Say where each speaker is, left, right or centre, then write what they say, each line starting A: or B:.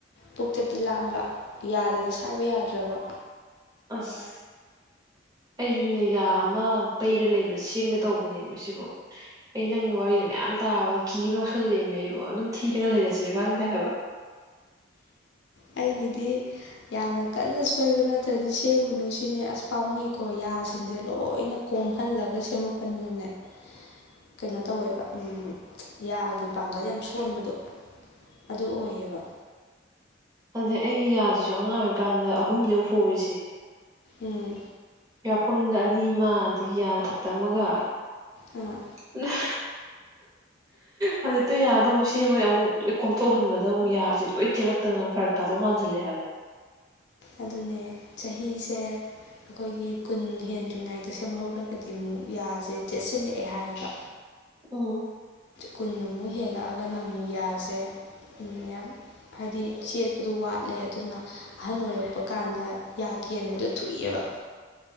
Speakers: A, on the left; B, on the right.
A: ꯄꯨꯛꯇꯗꯤ ꯂꯥꯝꯕ ꯌꯥꯗꯗꯤ ꯁꯥꯏꯕ ꯌꯥꯗ꯭ꯔꯥꯕ
B: ꯑꯁ ꯑꯩꯁꯨꯅꯦ ꯌꯥ ꯑꯃ ꯄꯩꯔ ꯂꯩꯕ ꯁꯦꯝꯒ‌ꯦ ꯇꯧꯕꯅꯦ ꯃꯁꯤꯕꯨ ꯑꯩ ꯅꯪꯒꯤ ꯋꯥꯔꯤꯗ ꯃꯌꯥꯝ ꯇꯥꯕ ꯀꯤꯕ ꯌꯥꯎꯁꯜꯂꯛꯑꯦꯃ‌ꯦ ꯑꯩꯕꯣ ꯑꯗꯨꯝ ꯊꯤꯔꯒ ꯂꯩꯔꯁꯤꯔꯥ ꯈꯪꯗꯦ ꯍꯥꯏꯕ
A: ꯑꯩꯒꯤꯗꯤ ꯌꯥꯝꯅ ꯀꯟꯅ ꯁꯣꯏꯕ ꯅꯠꯇ꯭ꯔꯗꯤ ꯁꯦꯝꯒꯨꯅꯨ ꯁꯤꯅꯦ ꯑꯁ ꯄꯥꯝꯃꯨꯏ ꯀꯣ ꯌꯥꯁꯤꯡꯁꯦ ꯂꯣꯏꯅ ꯀꯣꯝꯍꯜꯂꯒ ꯁꯦꯝꯃꯛꯄꯅꯤꯅꯅꯦ ꯀꯩꯅꯣ ꯇꯧꯋꯦꯕ ꯎꯝ ꯌꯥꯒꯤ ꯄꯥꯡꯒꯜ ꯌꯥꯝ ꯁꯣꯟꯕꯗꯣ ꯑꯗꯨ ꯑꯣꯏꯌꯦꯕ
B: ꯑꯗ‌ꯣ ꯑꯩꯒꯤ ꯌꯥꯁꯤꯁꯨ ꯑꯉꯥꯡ ꯑꯣꯏꯔꯤꯀꯥꯟꯗ ꯑꯍꯨꯝꯅꯤ ꯑꯃꯨꯛ ꯍ‌ꯣꯔꯤꯁꯦ
A: ꯎꯝ
B: ꯌꯥꯄꯪꯊ ꯑꯅꯤꯃ ꯑꯗꯒꯤ ꯌꯥ ꯃꯊꯛꯇ ꯑꯃꯒ
A: ꯑꯥ
B: ꯅꯪ ꯍꯧꯖꯤꯛꯇꯣ ꯌꯥꯗ ꯑꯃꯨꯛ ꯁꯦꯝꯕꯩ ꯑꯃꯨꯛ ꯂ‌ꯣꯏ ꯀꯣꯝꯊꯣꯛꯍꯟꯕꯗ ꯑꯃꯨꯛ ꯌꯥꯁꯦ ꯂꯣꯏ ꯇ‌ꯦꯛꯂꯛꯇꯅ ꯐꯔꯛ ꯇꯥꯖꯧ ꯃꯥꯟꯖꯤꯜꯂꯦ ꯍꯥꯏꯕ
A: ꯑꯗꯨꯅꯦ ꯆꯍꯤꯁꯦ ꯑꯩꯈꯣꯏꯒꯤ ꯀꯨꯟ ꯍꯦꯟꯗ꯭ꯔꯤꯉꯩꯗ ꯁꯦꯝꯍꯧꯔꯒꯗꯤ ꯑꯃꯨꯛ ꯌꯥꯖꯦ ꯆꯦꯠꯁꯤꯜꯂꯛꯑꯦ ꯍꯥꯏꯕ
B: ꯎꯝ
A: ꯀꯨꯟꯃꯨꯛ ꯍꯦꯜꯂꯛꯑꯒꯅ ꯑꯃꯨꯛ ꯌꯥꯁꯦ ꯌꯥꯝ ꯍꯥꯏꯗꯤ ꯆꯦꯠꯄꯗꯣ ꯋꯥꯠꯂꯦ ꯑꯗꯨꯅ ꯑꯍꯟ ꯑꯣꯏꯔ ꯀꯥꯟꯗ ꯌꯥꯀꯦꯟꯕꯗꯣ ꯊꯣꯏ ꯑꯦꯕ